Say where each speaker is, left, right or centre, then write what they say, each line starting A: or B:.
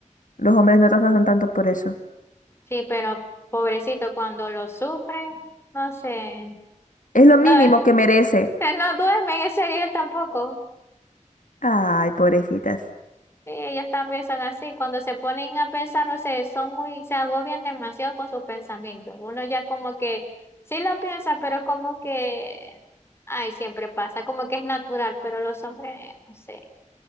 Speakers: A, on the left (about 75°); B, on the left (about 20°).
A: Los hombres no trabajan tanto por eso.
B: Sí, pero pobrecito, cuando lo sufren, no sé.
A: Es lo mínimo
B: No, eh,
A: que merecen.
B: no duermen, en serio tampoco.
A: Ay, pobrecitas.
B: Sí, ellos también son así. Cuando se ponen a pensar, no sé, son muy, se agobian demasiado con sus pensamientos. Uno ya como que sí lo piensa, pero como que, ay, siempre pasa, como que es natural, pero los hombres, no sé.